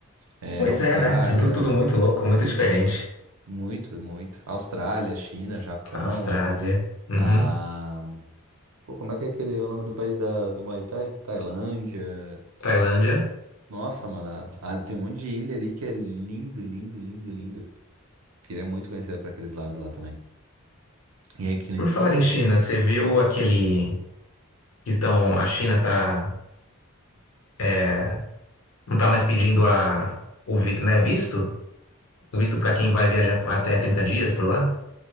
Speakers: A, on the right (about 85°); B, on the left (about 75°).
A: É,
B: Pois
A: Austrália,
B: é, né? É tudo muito louco, muito diferente.
A: muito, muito. Austrália, China, Japão.
B: Austrália. Uhum.
A: Ah, Pô, como é que é aquele o nome do país da, do Muay Thai? Tailândia.
B: Tailândia.
A: Nossa, mano, a- a- tem um monte de ilha ali que é lindo, lindo, lindo, lindo. Queria muito conhecer pra aqueles lados lá também. E aí, que nem
B: Por
A: tu
B: falar
A: falou,
B: em China, você viu aquele que estão, a China tá, é, não tá mais pedindo a, o, vi- né, visto? O visto para quem vai viajar por- até 30 dias por lá?